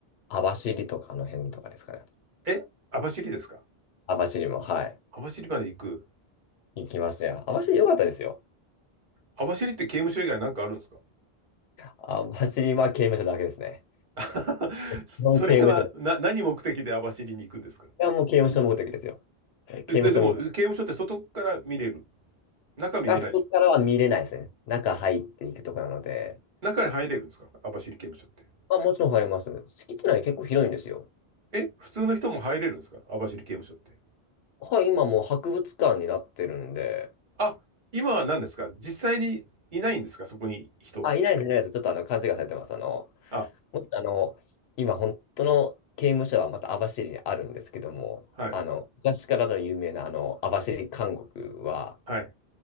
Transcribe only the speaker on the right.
え、網走ですか
網走まで行く。
網走って刑務所以外なんかあるんですか
<laughs>
それは、
な、何目的で網走に行くんですか
えで、でも、刑務所って外から見れる。中見れないでしょ。
中に入れるんですか網走刑務所って。
え普通の人も入れるんですか網走刑務所って。
あ、今は何ですか実際にいないんですかそこに人は。
あ、
はい、
はい。